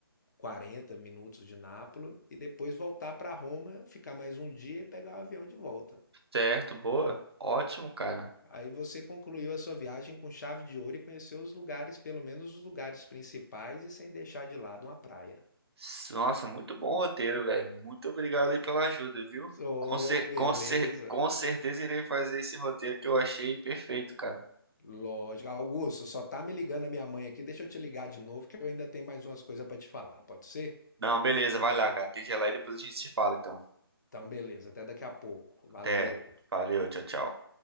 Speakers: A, on the left; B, on the right.
A: 40 minutos de Nápoles e depois voltar para Roma, ficar mais um dia e pegar o avião de volta.
B: certo, boa. Ótimo, cara.
A: Aí você concluiu a sua viagem com chave de ouro e conheceu os lugares, pelo menos os lugares principais, e sem deixar de lado uma praia.
B: S- Nossa, muito bom roteiro, velho. Muito obrigado aí pela ajuda, viu?
A: Ô,
B: Com É, cer
A: beleza.
B: com cer com certeza irei fazer esse roteiro que eu achei perfeito, cara.
A: Lógico. Augusto, só tá me ligando a minha mãe aqui. Deixa eu te ligar de novo, que eu ainda tenho mais umas coisas pra te falar. Pode ser?
B: Não, beleza, vai lá, cara. Tem que ir lá e depois a gente se fala, então.
A: Então, beleza. Até daqui a pouco. Valeu.
B: Até. Valeu, tchau, tchau.